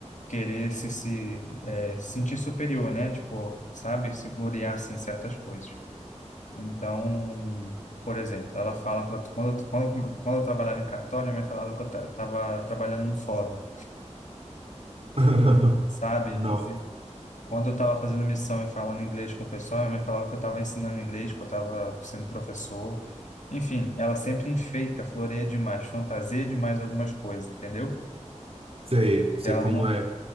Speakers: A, on the left; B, on the right.
A: querer se, se é, sentir superior, né? Tipo, sabe? Se gloriar, assim, em certas coisas. Então, por exemplo, ela fala para quando, eu- quando, eu- quando eu trabalhava em cartório, minha mãe falava que eu estava trabalhando no fórum,
B: <laughs>
A: sabe?
B: Não,
A: Quando eu estava fazendo missão e falando inglês com o pessoal, minha mãe falava que eu estava ensinando inglês, que eu estava sendo professor. Enfim, ela sempre enfeita, floreia demais, fantasia demais algumas coisas, entendeu?
B: sei, sei
A: Ela
B: como
A: não.
B: é.